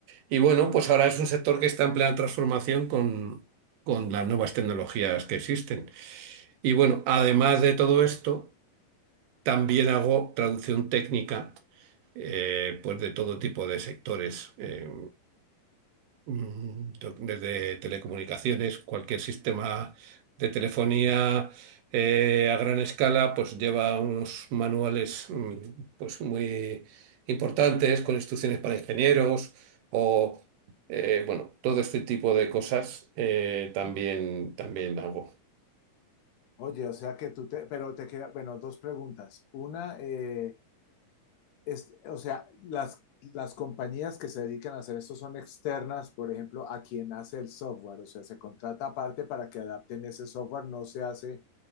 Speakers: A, on the right; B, on the left.
A: Y bueno, pues ahora es un sector que está en plena transformación con, con las nuevas tecnologías que existen. Y bueno, además de todo esto, también hago traducción técnica eh, pues de todo tipo de sectores. Eh, Mm, do- Desde telecomunicaciones, cualquier sistema de telefonía eh, a gran escala, pues lleva unos manuales mm, pues muy importantes con instrucciones para ingenieros o eh, bueno, todo este tipo de cosas eh, también, también hago.
B: Oye, o sea que tú te, pero te queda, bueno, dos preguntas. Una, eh, es, o sea, las, las compañías que se dedican a hacer esto son externas, por ejemplo, a quien hace el software, o sea, se contrata aparte para que adapten ese software, no se hace